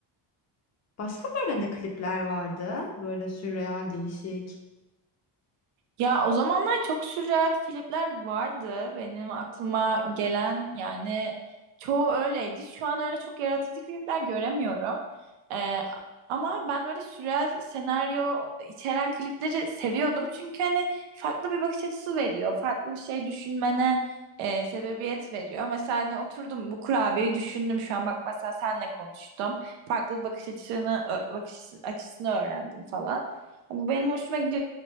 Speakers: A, on the left; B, on the right.
A: Başka böyle ne klipler vardı? Böyle sürreal değişik.
B: Ya o zamanlar çok sürreal klipler vardı. Benim aklıma gelen yani çoğu öyleydi. Şu an öyle çok yaratıcı klipler göremiyorum. Ee, ama ben böyle sürreal senaryo içeren klipleri seviyordum. Çünkü hani farklı bir bakış açısı veriyor. Farklı bir şey düşünmene e, sebebiyet veriyor. Mesela hani oturdum bu kurabiyeyi düşündüm şu an bak mesela senle konuştum. Farklı bakış açısını ö- bakış açısını öğrendim falan. Bu benim hoşuma gidiyor.